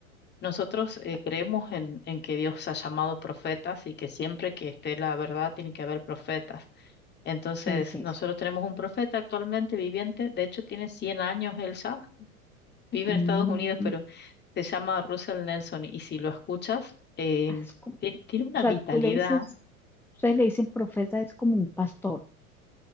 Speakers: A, on the left; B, in the centre.
A: Nosotros eh,
B: Vale.
A: creemos en, en que Dios ha llamado profetas y que siempre que esté la verdad tiene que haber profetas. Entonces,
B: Sí, sí,
A: nosotros
B: sí.
A: tenemos un profeta actualmente viviente, de hecho tiene cien años Elsa, vive
B: Mm,
A: en Estados Unidos, pero se llama Russell Nelson y si lo escuchas, eh,
B: Ah, Es como, o
A: ti- tiene una
B: sea,
A: vitalidad
B: tú le dices, ustedes le dicen profeta, es como un pastor.